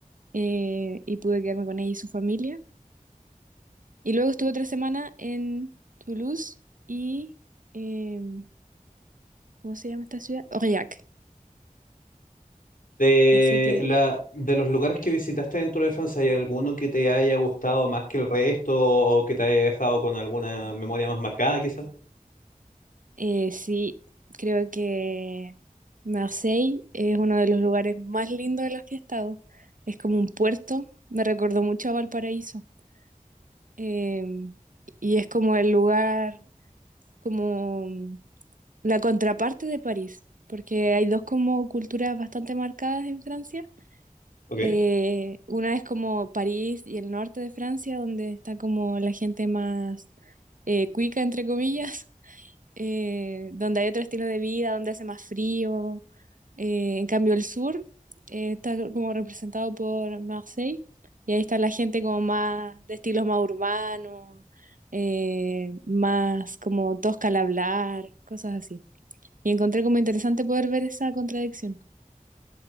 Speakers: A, on the right; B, on the left.
A: eh, y pude quedarme con ella y su familia. Y luego estuve otra semana en Toulouse y... em, ¿cómo se llama esta ciudad? Aurillac.
B: De,
A: Así que
B: la, de los lugares que visitaste dentro de Francia, ¿hay alguno que te haya gustado más que el resto o que te haya dejado con alguna memoria más marcada, quizás?
A: eh, sí, creo que Marseille es uno de los lugares más lindos de los que he estado. Es como un puerto, me recordó mucho a Valparaíso. Eh, y es como el lugar, como la contraparte de París, porque hay dos como culturas bastante marcadas en Francia.
B: Ok.
A: Eh, una es como París y el norte de Francia, donde está como la gente más eh, cuica, entre comillas, eh, donde hay otro estilo de vida, donde hace más frío. Eh, en cambio, el sur eh, está como representado por Marseille y ahí está la gente como más de estilos más urbanos, eh, más como tosca al hablar, cosas así. Y encontré como interesante poder ver esa contradicción.